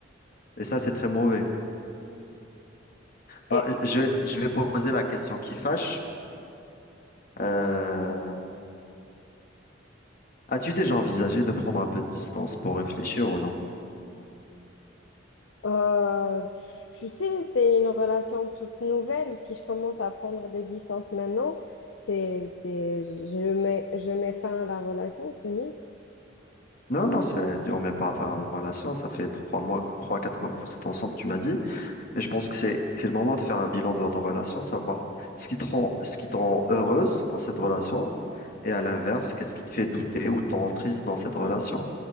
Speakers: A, on the left; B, on the left.
A: Et ça, c'est très mauvais. Bah,
B: Et
A: je, vais- je vais poser la question qui fâche. Euh, as-tu déjà envisagé de prendre un peu de distance pour réfléchir ou non?
B: Euh, tu sais, c'est une relation toute nouvelle. Si je commence à prendre des distances maintenant, c'est, c'est, je mets, je mets fin à la relation, c'est mieux.
A: Non, non, c'est, on met pas à faire une relation. Ça fait trois mois, que- trois, quatre mois que vous êtes ensemble, tu m'as dit. Et je pense que c'est que c'est le moment de faire un bilan de votre relation, savoir ce qui te rend, ce qui te rend heureuse dans cette relation et à l'inverse, qu'est-ce qui te fait douter ou te rend triste dans cette relation.